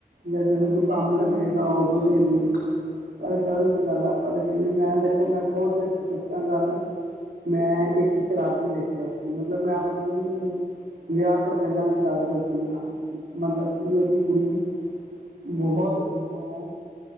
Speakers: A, on the right (about 90°); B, on the right (about 70°).
A: ਜਾਂ, ਜਦੋਂ
B: ਹਾਂਜੀ
A: ਤੂੰ ਕੰਮ
B: ਹਾਂਜੀ।
A: ਲੱਗੇਗਾ, ਉਹ ਦੀ ਪਰ ਗਲਤ
B: ਹਾਂਜੀ
A: ਗੱਲ ਆ। ਪਰਤਾ ਕਹਿੰਦੀ ਮੈਂ ਦੇਖੋ, ਮੈਂ ਖੁਦ ਦਿੱਤੀਿਆਂ ਗੱਲ, ਮੈਂ ਇੱਕ ਸ਼ਰਾਬੀ ਦੇਖਿਆ ਸੀ, ਮਤਲਬ ਮੈਂ ਆਪਣੀ ਵਿਆਹ ਤੋਂ ਪਹਿਲਾਂ ਵੀ ਗੱਲ ਦਸਦੀ ਆ, ਮਤਲਬ ਕਿ ਉਹਦੀ ਕੁੜੀ ਬਹੁਤ ਦੂਰੋਂ